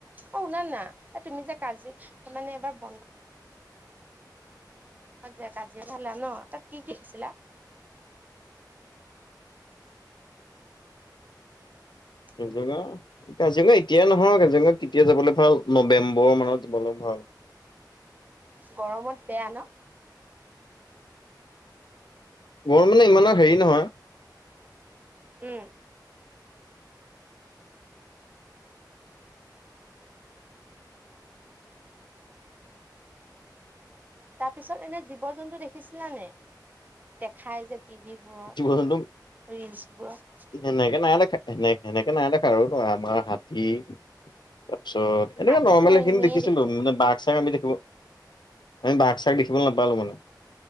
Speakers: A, on the right (about 25°); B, on the left (about 85°).
A: অঁ' শুনা না' এ তুমি যে কাজি মানে এবাৰ বন্ধ- যে কাজিৰঙা <unintelligible> ন' তাত কি কি দিছিলে? <inaudible>
B: জঙা <unintelligible> কাজিৰঙা এতিয়াই নহয়, কাজিৰঙা কেতিয়া যাবলৈ পাও নৱেম্বৰ মানত যাবলে ভাল।
A: গৰমত বেয়া ন?
B: গৰম মানে ইমান <unintelligible> হেৰি নহয়।
A: উম। তাৰ পিছত এনে জীৱ-জন্তু দেখিছিলানে? দেখাই যে- টি ভি বোৰত,
B: জীৱ জন্তু
A: ৰিলচবোৰত।
B: সেনেকে নাই দেখা, সেনেকে নাই দেখা আৰু ধৰা আমাৰ হাতী তাৰপিছত- এনেকে
A: হাতীটো
B: নৰ্মেল এখিনি
A: এনেই
B: দেখিছিলোঁ
A: দেখো
B: মানে বাঘ চাগ আমি দেখিব, আমি বাঘ চাগ দেখিবলৈ নাপালোঁ মানে।